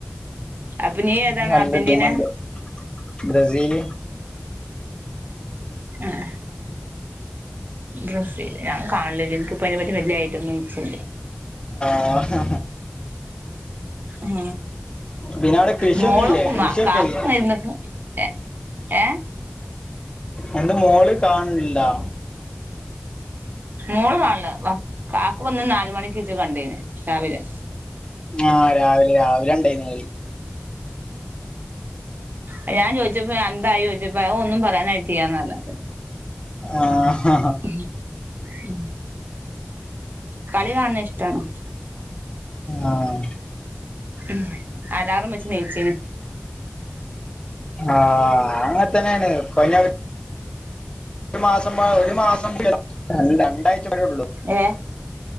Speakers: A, on the right; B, on the left.
A: അപ്പൊ നീ ഏതാണ്
B: ഒര് നല്ല
A: അർജന്റീന
B: ടീമാണ് ബ്രസീല്
A: ഏഹ് ബ്രെസില് ഞാൻ കാൺലില്ല്യ ഇനിക്കിപ്പ അയിനെപറ്റി വല്ല്യ ഐഡിയൊന്നും ഇചില്ല
B: ആഹ്
A: ഉം
B: പിന്നെ അവിടെ കൃഷിയൊന്നും
A: മോളും
B: ഇല്ലേ കൃഷിയൊക്കെ
A: കാക്കും
B: ഇല്ലേ
A: ഇരുന്നൊക്ക ഏഹ് ഏഹ്
B: എന്ത് മോള് കാൺലില്ലാ
A: മോള് കാണല് കാക്കുവന്ന് നാല്മണിക്കീച്ച് കണ്ടീന്ന് രാവിലെ
B: ആഹ് രാവിലെരാവിലെണ്ടായിന്കളി
A: ഉം ഞാൻചോയിച്ചപ്പോഎന്തായിചോയിച്ചപ്പോഅഹ് ഒന്നുംപറയാനായിട്ടില്ല്യന്നറിഞ്.
B: ആഹ്
A: ആഹ് കളികാൺണയിഷ്ടാണ്
B: ആഹ്
A: ഉംഅലാറംവെച്ച്ണിചിന്ന്
B: ആഹ്അങ്ങത്തന്നേണ്ഇപ്പഞ്ഞ ഒരു മാസം ഒരു മാസം <unintelligible> രണ്ടാഴ്ചയെ ഉള്ളൂ
A: ഏഹ്